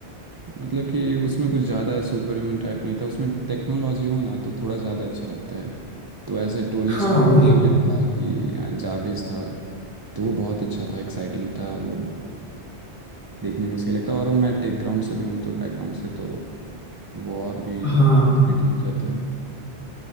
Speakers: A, on the right (about 35°); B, on the left (about 25°).
A: मतलब कि उसमें कुछ ज़्यादा सुपर ह्यूमन टाइप नहीं था उसमें टेक्नोलॉजी हो ना तो थोड़ा ज़्यादा अच्छा लगता है तो ऐसे टोनी
B: हाँ
A: स्टार्क
B: वही
A: वाले में था कि आ, जाविस था तो वो बहुत अच्छा था एक्साइटिंग था वो देखने में सही लगता है। और मैं टेक ग्राउंड से भी हूँ तो बैकग्राउंड से तो वो और भी
B: हाँ
A: चीटिंग हो जाता है हाँ